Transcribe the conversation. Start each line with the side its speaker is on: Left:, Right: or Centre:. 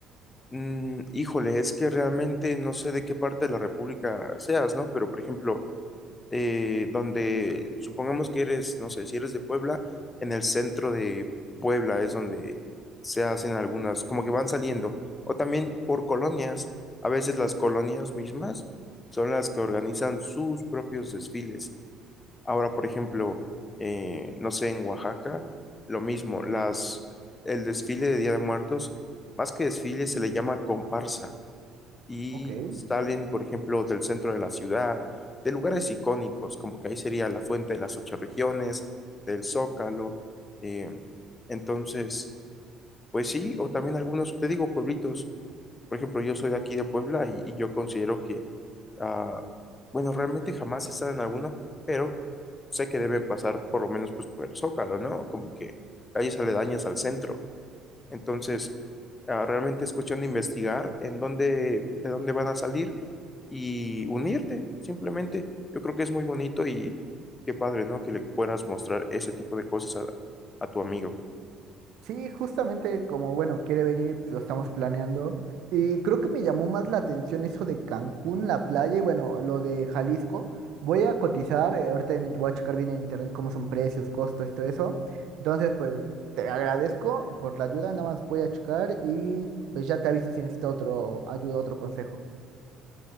Left: Mm, híjole, es que realmente no sé de qué parte de la República seas, ¿no? Pero, por ejemplo, eh, donde supongamos que eres, no sé, si eres de Puebla, en el centro de Puebla es donde se hacen algunas, como que van saliendo. O también por colonias, a veces las colonias mismas son las que organizan sus propios desfiles. Ahora, por ejemplo, eh, no sé, en Oaxaca, lo mismo, las, el desfile de Día de Muertos, más que desfile, se le llama comparsa y
Right: Ok.
Left: salen, por ejemplo, del centro de la ciudad, de lugares icónicos, como que ahí sería la Fuente de las Ocho Regiones, del Zócalo. eh, entonces, pues sí, o también algunos, te digo, pueblitos. Por ejemplo, yo soy de aquí de Puebla y, y yo considero que, ah, bueno, realmente jamás he estado en alguno, pero sé que deben pasar por lo menos pues por el Zócalo, ¿no? Como que calles aledañas al centro. Entonces, ah, realmente es cuestión de investigar en dónde, de dónde van a salir y unirte, simplemente. Yo creo que es muy bonito y qué padre, ¿no? Que le puedas mostrar ese tipo de cosas a, a tu amigo.
Right: Sí, justamente como, bueno, quiere venir, pues lo estamos planeando. Y creo que me llamó más la atención eso de Cancún, la playa y bueno, lo de Jalisco. Voy a cotizar, eh, ahorita en, voy a checar bien en internet cómo son precios, costos, todo eso. Entonces, pues te agradezco por la ayuda, nada más voy a checar y pues ya te aviso si necesito otro ayuda, otro consejo.